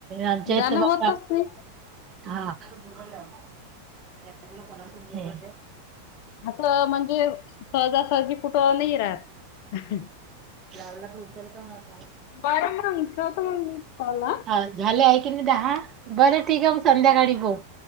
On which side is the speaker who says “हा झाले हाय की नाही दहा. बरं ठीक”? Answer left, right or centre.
Right